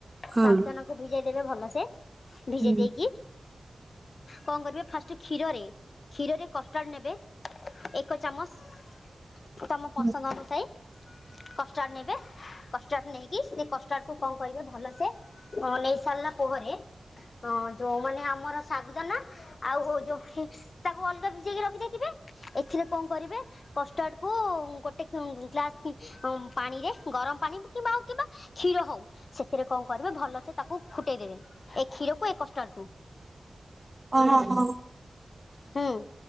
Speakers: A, on the right; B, on the left.
A: ହଁ
B: ସାବଧାନ। ଭିଜାଇ ଦେଲେ ଭଲ ଆସେ ଭିଜେଇ
A: ହୁଁ
B: ଦେଇକି। କଣ କରିବ ଫାଷ୍ଟ କ୍ଷୀରରେ କ୍ଷୀରରେ କଷ୍ଟାର୍ଡ଼ ନେବେ ଏକ ଚାମଚ ତମ
A: ହୁଁ
B: ପସଙ୍ଗ ଅନସାଇ କଷ୍ଟାର୍ଡ଼ ନେବେ କଷ୍ଟାର୍ଡ଼ ନେଇକ କି ଏ କଷ୍ଟାଡକୁ କଣ କରିବେ ଭଲ ସେ ନେଇସାରିଲା ପରେ ଯୋଉ ମାନେ ଆମର ଶାଗୁଦାନା ଆଉ ହଉ ଯୋଉ ତାକୁ ଅଲଗା ଭିଜେଇକି ରଖିଦେଇଥିବେ ଏଥିରେ କଣ କରିବେ କଷ୍ଟାର୍ଡ କୁ ଗୋଟେ ଗ୍ଲାସ ପାଣିରେ ଗରମ ପାଣି କିବା ଆଉ କିବା କ୍ଷୀର ହଉ ସେଥିରେ କ'ଣ କରିବେ ଭଲ ସେ ତାକୁ ଫୁଟେଇଦବେ ଏ କ୍ଷୀରକୁ ଏ କଷ୍ଟାଡକୁ।
A: ଓୋ ହୋ।
B: ହୁଁ